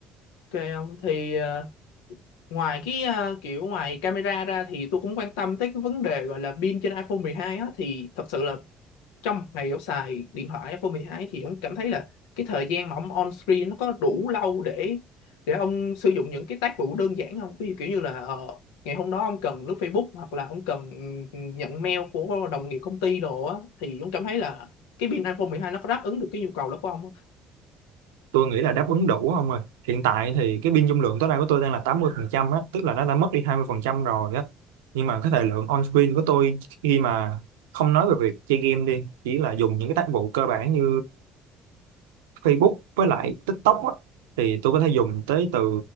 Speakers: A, on the left; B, on the right.
A: ok không? Thì ờ, ngoài cái ờ, kiểu ngoài camera ra thì tôi cũng quan tâm tới cái vấn đề gọi là pin trên iPhone 12 á thì thật sự là trong ngày Dẫu xài điện thoại iPhone 12 thì ông cảm thấy là cái thời gian mà ông on screen nó có đủ lâu để để ông sử dụng những cái tác vụ đơn giản không? Ví dụ kiểu như là ờ, ngày hôm đó ông cần lướt Facebook hoặc là ông cần ừ, nhận mail của đồng nghiệp công ty đồ á thì ông cảm thấy là cái pin iPhone 12 nó có đáp ứng được cái nhu cầu đó của ông không?
B: tôi nghĩ là đáp ứng đủ không rồi hiện tại thì cái pin dung lượng tối đa của tôi đang là 80 phần trăm á tức là nó đã mất đi 20 phần trăm rồi á nhưng mà cái thời lượng on screen của tôi khi mà không nói về việc chơi game đi chỉ là dùng những cái tác vụ cơ bản như Facebook với lại TikTok á thì tôi có thể dùng tới từ